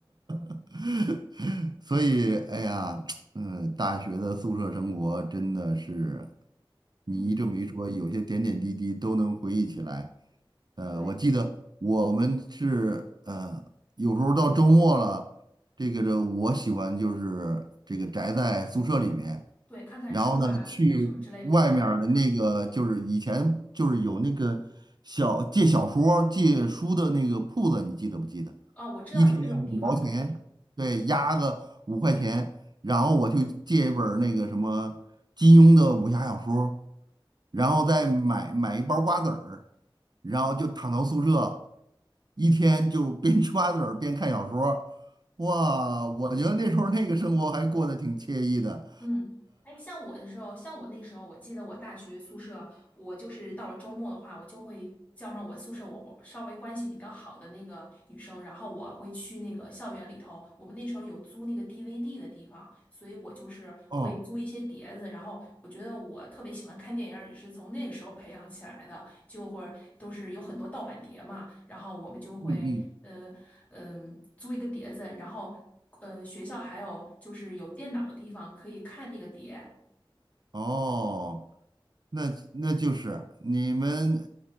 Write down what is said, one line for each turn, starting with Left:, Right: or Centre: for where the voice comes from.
Right: <laughs> 所以，哎呀，嗯，大学的宿舍生活真的是。
Left: <laughs>
Right: 你这么一说，
Left: 嗯，
Right: 有些点点滴滴都能回忆起来。呃，
Left: 对
Right: 我记得我们是呃，有时候到周末了，这个这我喜欢就是这个宅在宿舍里面，
Left: 对，看看书啊什么之类的，
Right: 然后呢去外面儿的那个就是以前就是有那个小借小说儿借书的那个铺子，
Left: 对吧？
Right: 你记得不记得？
Left: 哦，我知道有这种地方，
Right: 一天五毛钱，
Left: 对。
Right: 对，押个五块钱，然后我就借一本儿那个什么金庸的武侠小说儿。然后再买买一包瓜子儿，然后就躺到宿舍，一天就边吃瓜子儿边看小说儿哇，我觉得那时候那个生活还过得挺惬意的。
Left: 嗯，哎，像我的时候，像我那时候，我记得我大学宿舍，我就是到了周末的话，我就会叫上我宿舍我我稍微关系比较好的那个女生，然后我会去那个校园里头，我们那时候有租那个 DVD 的地方，所以我就是会租一些碟子，
Right: 哦，
Left: 然后我觉得我特别喜欢看电影儿，也是从那个时候培养起来的，就会都是有很多盗版碟嘛，然后我们就会呃嗯、
Right: 嗯嗯，
Left: 租一个碟子，然后。呃，学校还有就是有电脑的地方可以看那个碟，
Right: 哦，那那就是你们，